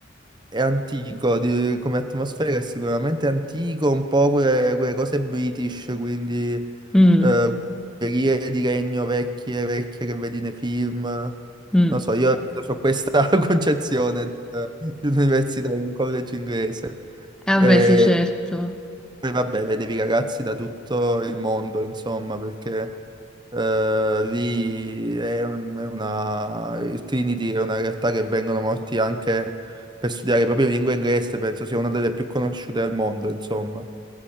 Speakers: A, on the right (about 25°); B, in the centre.
A: È antico di- come atmosfera, è sicuramente antico, un po' quelle, quelle cose British, quindi eh,
B: Mm,
A: quelle periere di regno vecchie, vecchie che vedi nei film.
B: mm.
A: Non so, io ho questa <laughs> concezione di di un'università, di un college inglese.
B: Eh, vabbè,
A: Eh,
B: sì, certo.
A: poi vabbè, vedevi ragazzi da tutto il mondo, insomma, perché eh, lì è un- è una... il Trinity è una realtà che vengono morti anche per studiare proprio lingua inglese, penso sia una delle più conosciute al mondo, insomma.